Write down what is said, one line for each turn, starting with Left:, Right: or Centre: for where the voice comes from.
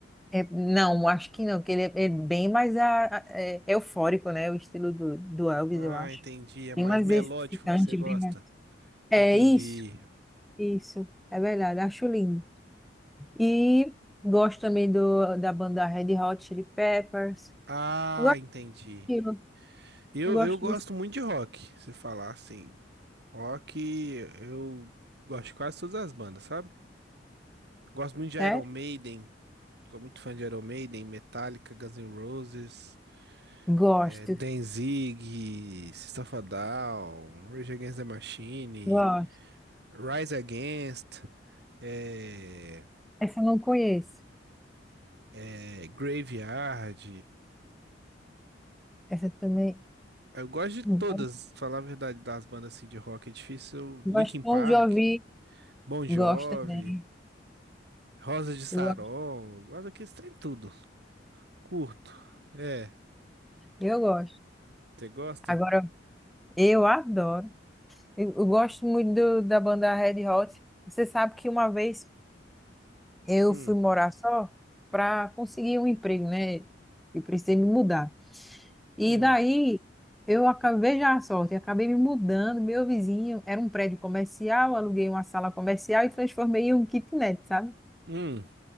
Centre: é, não, acho que não, porque ele é, é bem mais a, a- é, eufórico, né? O estilo do, do Elvis,
Right: Ah,
Centre: eu acho.
Right: entendi. É mais
Centre: Bem mais
Right: melódico
Centre: excitante,
Right: que você gosta.
Centre: bem mais... É
Right: Entendi.
Centre: isso, isso, é verdade, acho lindo. E gosto também do, da banda Red Hot Chili Peppers.
Right: Ah,
Centre: Gosto
Right: entendi.
Centre: daquilo,
Right: Eu,
Centre: gosto
Right: eu gosto
Centre: disso.
Right: muito de rock. Se falar assim, rock, eu gosto de quase todas as bandas, sabe? Gosto muito de
Centre: Sério?
Right: Iron Maiden. Sou muito fã de Iron Maiden, Metallica, Guns N' Roses.
Centre: Gosto,
Right: É, Denzig, System of a Down, Rage Against the Machine,
Centre: gosto.
Right: Rise Against, é,
Centre: Essa eu não conheço.
Right: é, Graveyard.
Centre: Essa também.
Right: Eu gosto de todas,
Centre: Hum.
Right: falar a verdade, das bandas assim, de rock é difícil.
Centre: Gostam
Right: Linkin Park,
Centre: de ouvir.
Right: Bon Jovi,
Centre: Gosto também.
Right: Rosa de Sarol,
Centre: Eu gosto.
Right: eu gosto daqueles trem tudo. Curto. É,
Centre: Eu gosto.
Right: você gosta?
Centre: Agora, eu adoro. Eu, eu gosto muito do- da banda Red Hot. Você sabe que uma vez eu
Right: Hum,
Centre: fui morar só para conseguir um emprego, né? E precisei me mudar. E
Right: hum,
Centre: daí eu acabei já a sorte, acabei me mudando. Meu vizinho era um prédio comercial, aluguei uma sala comercial e transformei em um kitnet, sabe?
Right: hum,